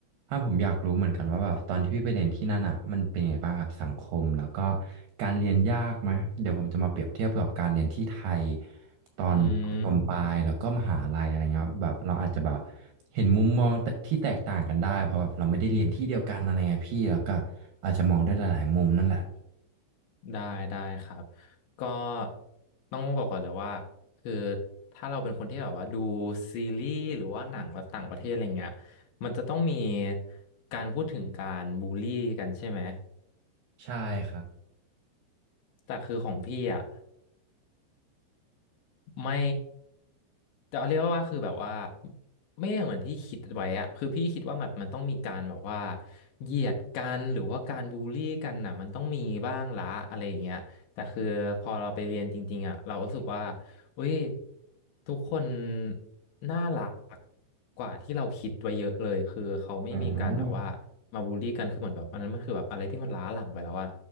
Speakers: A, on the right (about 80°); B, on the left (about 75°).
A: ถ้าผมอยากรู้เหมือนกันว่าแบบตอนที่พี่ไปเรียนที่นั่นอ่ะมันเป็นยังไงบ้างครับสังคมแล้วก็การเรียนยากไหมเดี๋ยวผมจะมาเปรียบเทียบกับการเรียนที่ไทยตอนประถมปลายแล้วก็มหาลัยอะไรเงี้ยครับแบบเราอาจจะแบบ
B: อืม
A: เห็นมุมมองแต่ที่แตกต่างกันได้เพราะแบบเราไม่ได้เรียนที่เดียวกันอะไรเงี้ยพี่แล้วก็อาจจะมองได้หลายๆมุมนั่นแหละ
B: ได้ได้ครับก็ต้องบอกก่อนเลยว่าคือถ้าเราเป็นคนที่แบบว่าดูซีรีส์หรือว่าหนังแบบต่างประเทศอะไรเงี้ยมันจะต้องมีการพูดถึงการบูลลี่กันใช่ไหม
A: ใช่ครับ
B: แต่คือของพี่อ่ะ ไม่แต่เอาเรียกว่าคือแบบว่าไม่อย่างเหมือนที่คิดไว้อะคือพี่คิดว่าแบบมันต้องมีการแบบว่าเหยียดกันหรือว่าการบูลลี่กันน่ะมันต้องมีบ้างละอะไรอย่างเงี้ยแต่คือพอเราไปเรียนจริงๆอะเราก็รู้สึกว่าอุ้ยทุกคนน่ารักกว่าที่เราคิดไว้เยอะเลยคือเขาไม่มีการแบบว่า
A: อืม
B: มาบูลลี่กันคือเหมือนแบบอันนั้นมันคือแบบอะไรที่มันล้าหลังไปแล้วอะ